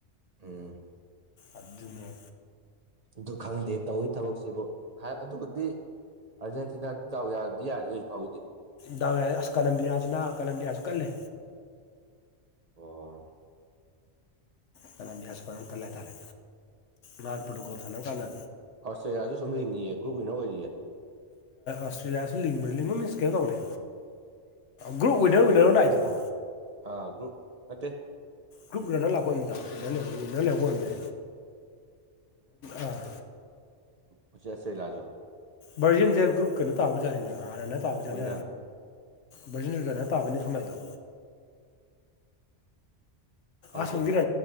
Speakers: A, on the right; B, on the left.
A: ꯎꯝ
B: ꯑꯗꯨꯅ
A: ꯑꯗꯨ ꯈꯪꯗꯦ ꯇꯧꯤ ꯊꯕꯛꯁꯤꯕꯨ ꯍꯥꯏ ꯑꯗꯨꯕꯨꯗꯤ ꯑꯥꯔꯖꯦꯟꯇꯤꯅꯥ ꯆꯥꯎ ꯌꯥꯔ ꯌꯁ ꯐꯕꯨꯗꯤ
B: ꯗ ꯑꯁ ꯀꯂꯝꯕꯤ ꯆꯅ ꯀꯂꯝꯕꯤ ꯀꯂ
A: ꯑꯣ
B: ꯀꯅꯕꯤ꯭ꯌꯥꯁꯄ ꯀꯜꯂ ꯍꯥꯏꯇꯥꯔꯦ ꯃꯥꯥꯟꯅ ꯐ꯭ꯔꯣꯇꯣꯀꯣꯜ ꯁꯥꯟꯅꯕ ꯀꯥꯟꯗ
A: ꯑꯁꯇ꯭ꯔꯦꯂꯤꯌꯥꯁꯨ ꯁꯨꯝ ꯂꯤꯡꯉꯤꯑꯦ ꯒ꯭ꯔꯨꯞ ꯋꯤꯟꯅꯔ ꯑꯣꯏꯔꯤꯌꯦ
B: ꯑꯁꯇ꯭ꯔꯦꯂꯤꯌꯥꯁꯤꯤꯡ ꯂꯤꯡꯣ ꯃꯤꯁ ꯀꯦ ꯇꯧꯅꯦ ꯒ꯭ꯔꯨꯞ ꯋꯤꯟꯅꯔ ꯋꯤꯟꯅꯔ ꯥꯛꯏꯗꯨꯕꯣ
A: ꯑ ꯑꯗꯨꯨ ꯃꯦ
B: ꯭ꯔꯨꯞꯅ ꯂꯀꯣꯏꯟꯗ ꯂꯩ ꯎꯟꯅ ꯂꯩꯦꯕꯣ ꯑꯗꯨꯝꯅꯦ ꯑꯥ
A: ꯍꯧꯆꯦꯁꯦ ꯏꯂꯥꯖꯣ
B: ꯚꯔꯖꯤꯟꯁꯦ ꯒ꯭ꯔꯨꯞ ꯀꯩꯅꯣ ꯇꯥꯕꯖꯥꯠꯅꯤꯅ ꯑꯥꯔꯅ ꯇꯥꯕꯖꯥꯅꯤ
A: ꯋꯤꯟꯅꯔ
B: ꯕꯔꯖꯤꯟ ꯔꯗꯅ ꯇꯥꯕꯅꯤ ꯁꯨꯃꯥꯏꯗꯣ
A: ꯈꯪꯗꯦꯅꯦ
B: ꯑꯁꯣꯝꯒꯤꯗ